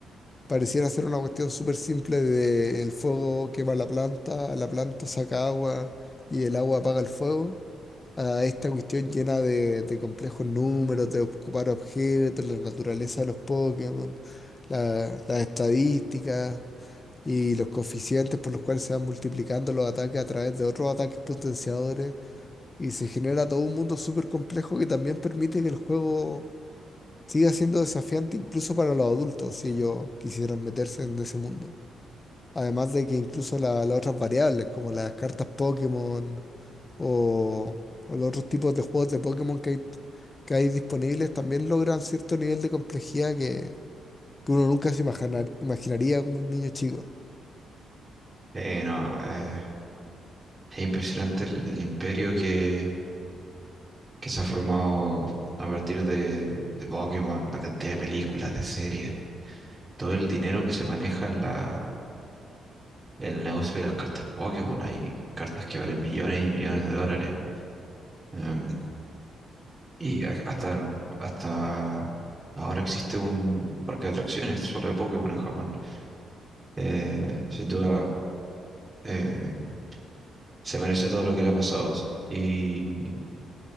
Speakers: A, on the left; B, on the right.
A: Pareciera ser una cuestión súper simple de el fuego quema la planta, la planta saca agua y el agua apaga el fuego, a esta cuestión llena de, de complejos números, de ocupar objetos, la naturaleza de los Pokémon, la- las estadísticas y los coeficientes por los cuales se van multiplicando los ataques a través de otros ataques potenciadores y se genera todo un mundo súper complejo que también permite que el juego Sigue siendo desafiante incluso para los adultos si ellos quisieran meterse en ese mundo. Además de que incluso la- las otras variables, como las cartas Pokémon o, o los otros tipos de juegos de Pokémon que hay, que hay disponibles, también logran cierto nivel de complejidad que, que uno nunca se imaginar- imaginaría como un niño chico. <laughs>
B: Eh, no, eh, es impresionante el, el imperio que, que se ha formado a partir de, de Pokémon, la cantidad de películas, de series, todo el dinero que se maneja en la, en el negocio de las cartas Pokémon. Hay cartas que valen millones y millones de dólares. Em, y a- hasta, hasta ahora existe un parque de atracciones solo de Pokémon en Japón. Eh, sin duda Eh, se merece todo lo que le ha pasado. Y